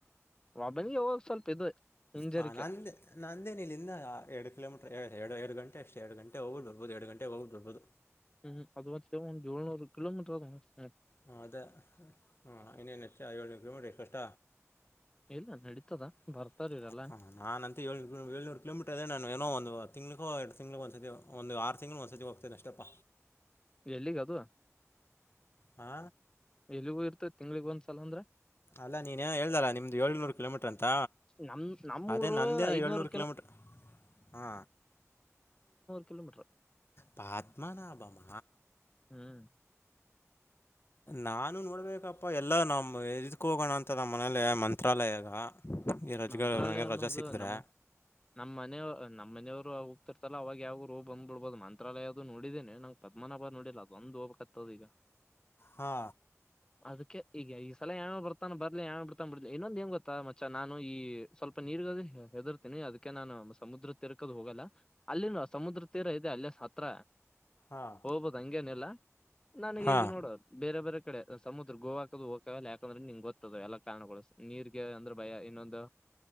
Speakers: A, on the left; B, on the left.
A: ಒಬ್ಬನಿಗೆ ಹೋಗೋಕ್ಕೆ ಸ್ವಲ್ಪ <unintelligible> ಹಿಂಜರಿಕೆ
B: ಹಾ ನೇ ನಂದೇನ ಇಲ್ಲಿಂದ ಎರಡು ಕಿಲೋಮೀಟರ್ ಎರಡು ಎರಡು ಗಂಟೆ ಅಷ್ಟ ಎರಡು ಗಂಟೆ ಹೋಗ್ ಬರ್ಬೋದು ಎರಡು ಗಂಟೆ ಹೋಗ್ ಬರ್ಬೋದು
A: ಹ್ಮ್ ಅದ ಮತ್ತ ಒಂದ್ ಏಳ್ನೂರು ಕಿಲೋಮೀಟರ್ ಹೋಗಾನ
B: ಹಾ ಅದೇ ಹ್ಮ ಇನ್ನೇನ್ ಹೆಚ್ಚ ಏಳ್ನೂರು ಕಿಲೋಮೀಟರ್ ಕಷ್ಟ
A: ಇಲ್ಲ
B: <inaudible>
A: ನಡೀತದ ಬರ್ತಾರ ಇವ್ರೆಲ್ಲ
B: ಹಾ ನಾನಂತೂ ಏಳ್ ಏಳ್ನೂರು ಕಿಲೋಮೀಟರ್ ಅದ ನಾನ ಏನೋ ಒಂದು ಒಂದು ತಿಂಗಳಿಗೋ ಎರಡು ತಿಂಳಗ ಒಂದು ಸತಿ ಒಂದು ಆರು ತಿಂಗಳಿಗೆ ಒಂದು ಸತಿ ಹೋಗ್ತನಿ ಅಷ್ಟಪ್ಪ
A: ಎಲ್ಲಿಗದು
B: ಹಾ
A: ಎಲ್ಲಿಗೂ ಹೋಗಿರತೈತಿ ತಿಂಗಳಿಗೆ ಒಂದ ಸಲ ಅಂದ್ರ
B: ಅಲ್ಲ ನೀನೇನ ಹೇಳ್ದಲ್ಲ ನಿಮ್ದು ಏಳ್ನೂರು ಕಿಲೋಮೀಟ್ರ ಅಂತ
A: ನಮ್ ನಮ್ಮೂರು
B: ಅದೇ ನಂದೇನು
A: ಐದ್ನೂರ್
B: ಏಳ್ನೂರು ಕಿಲೋಮೀಟ್ರ <inaudible> ಹಾ
A: ಕಿಲೋಮೀಟರ್
B: ಪದ್ಮನಾಭಾಮ
A: ಹ್ಮ್
B: ನಾನು ನೋಡ್ಬೇಕಪ್ಪ ಎಲ್ಲಾ ನಮ್ಮ್ ಇದಕ್ಕ ಹೋಗೋಣ ಅಂತ ನಮ್ಮ ಮನೇಲಿ ಮಂತ್ರಾಲಯಾಗ ಈ ರಜೆಗಳು
A: ಮಂತ್ರಾಲಯದು
B: ನನಗೆ ರಜೆ ಸಿಕ್ಕಿದ್ರೆ
A: ನಮ್ ನಮ್ಮ್ ಮನ ನಮ್ಮನೆಯವ್ರು ಹೋಗ್ತಾರೆ ಅವಾಗ ಯಾವಾಗ ಬಂದು ಬಿಡ್ಬೋದು ಮಂತ್ರಾಲಯ ಅದು ನೋಡಿದೇನೆ ನಂಗ್ ಪದ್ಮಮನಾಭ ನೋಡಿಲ್ಲ ಅದೊಂದು ಹೋಗಾಕತದ ಈಗ
B: ಹಾ
A: ಅದಕ್ಕೆ ಈಗ ಈ ಸಲ ಯಾವೇ ಬರ್ತಾನ್ ಬರ್ಲಿ ಯಾವ ಬಿಡ್ಲಿ ಬಿರ್ತಾನ ಬಿಡ್ಲಿ ಇನ್ನೊಂದ ಏನು ಗೊತ್ತ ಮಚ್ಚಾ ನಾನು ಈ ಸ್ವಲ್ಪ ನೀರ್ ಹೆದರ್ತೀನಿ ಅದಕ್ಕೆ ನಾನು ಸಮುದ್ರ ತೀರಕ್ಕೆಹೋಗಲ್ಲ ಅಲ್ಲಿನ ಸಮುದ್ರ ತೀರ ಅದೆ ಅಲ್ಲೇ ಸತ್ರ
B: ಹಾಂ
A: ಹೋಗಬೋದ ಹಂಗೆನಿಲ್ಲಾ ನನಿಗೆ
B: ಹಾಂ
A: ಈಗ ನೋಡೋ ಬೇರೆ ಬೇರೆ ಈ ಕಡೆ ಸಮುದ್ರ ಗೋವಾ ಹಾಕೋ ಹೋಗಲ್ಲ ಯಾಕಂದ್ರೆ ನಿಂಗ್ ಗೊತ್ತದದೆ ಎಲ್ಲ ಕಾರಣಗಳು ನೀರ್ಗೆ ಅಂದ್ರೆ ಭಯ ದ